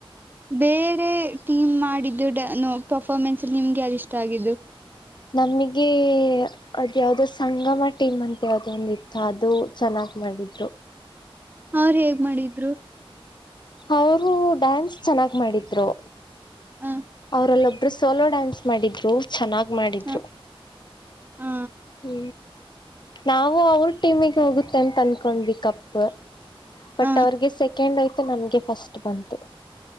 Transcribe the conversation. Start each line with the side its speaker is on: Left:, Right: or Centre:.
Right: ಬೇರೆ ಟೀಮ್ ಮಾಡಿದ್ದು ಡ ಪರ್ಫ್ಮೆನ್ಸ್ ನಿಮ್ಗೆ ಅದ ಇಷ್ಟ ಆಗಿದ್ದು
Left: ನಮಗೆ ಅದ ಯಾವ್ದೋ ಸಂಗಮಟ್ಟ ಟೀಮ್ ಅಂತ ಯಾವ್ದ ಒಂದ ಇತ್ತು ಅದು ಚೆನ್ನಾಗ್ ಮಾಡ್ವಿ
Right: ಅವ್ರ ಹೇಗ್ ಮಾಡಿದ್ರು
Left: ಅವ್ರು ಡ್ಯಾನ್ಸ್ ಚೆನ್ನಾಗಿ ಮಾಡಿದ್ದರು
Right: ಹಾ
Left: ಅವ್ರಲ್ಲೊಬ್ರು ಸೋಲೋ ಡಾನ್ಸ್ ಮಾಡಿದ್ರು ಚೆನ್ನಾಗಿ್ ಮಾಡಿದ್ರು
Right: ಹ ಹ
Left: ಹೂ ನಾವು ಅವ್ರ ಟೀಮಿಗೆ ಹೋಗುತ್ತೆ ಅಂತ ಅನ್ಕೊಂಡ್ವಿ ಕಪ್ ಬಟ್
Right: ಹ
Left: ಅವ್ರಗೆ ಸೆಕೆಂಡ್ ಆಯ್ತು ನಮ್ಗೆ ಫಸ್ಟ್ ಬಂತು